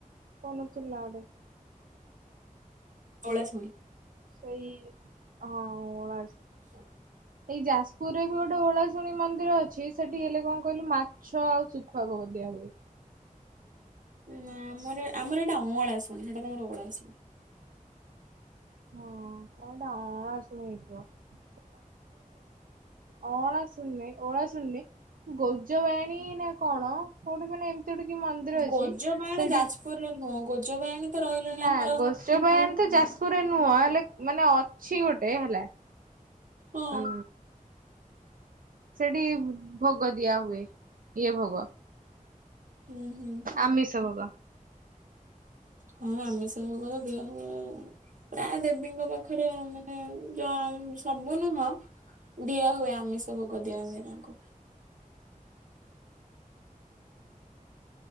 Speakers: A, on the right; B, on the right.
A: କଣଥିଲା ଗୋଟେ?
B: <unintelligible>
A: ସେଇ ହଁ।
B: ହଁ।
A: ଏଇ ଯାଜପୁରରେ ବି ଗୋଟେ ଓଳାଶୁଣି ମନ୍ଦିର ଅଛି ସେଠି ହେଲେ କଣ କହିଲୁ ମାଛ ଆଉ ଶୁଖୁଆ ଭୋଗ ଦିଆ ହୁଏ।
B: ନା ଆମର ଆମର ଏଇଟା ଅଁଳାଶୁଣୀ ସେଇଟା ତମର ଅଳାଶୁଣୀ।
A: ହଁ ଅଳାଶୁଣୀ ହେଇଥିବ। <unintelligible> ଅଁଳାଶୁଣୀ ନାହିଁ ଓଳାଶୁଣୀ ନାହିଁ ଗଜବାଣୀ ନା କଣ କୋଉଠି ମାନେ ଗୋଟେ କି ମନ୍ଦିର ଅଛି
B: ଗଜପଣ
A: ସେଠି
B: ଯାଜପୁରରେ ନୁହଁ ଗୋଜବାୟାଣୀ ତ ରହିଲାଣି
A: ନା
B: ଆମର
A: ଗଜବାୟାଣୀ
B: ହୁଁ
A: ତ ଯାଜପୁରରେ ନୁହଁ ହେଲେ ମାନେ ଛି ଗୋଟେ ହେଲା
B: ହଁ
A: ହୁଁ। ସେଠି ଭୋଗ ଦିଆ ହୁଏ ଇଏ ଭୋଗ
B: ହୁଁ ହୁଁ
A: ଆମିଷ ଭୋଗ।
B: ହଁ ଆମିଷ ଭୋଗ ତ ଦିଆ ହୁଏ ପ୍ରାୟ ଦେବୀଙ୍କ ପାଖରେ ମାନେ ଯ ସବୁ ନୁହଁ ଦିଆ ହୁଏ ଆମିଷ ଭୋଗ ଦିଆ ହଏ ତାଙ୍କୁ।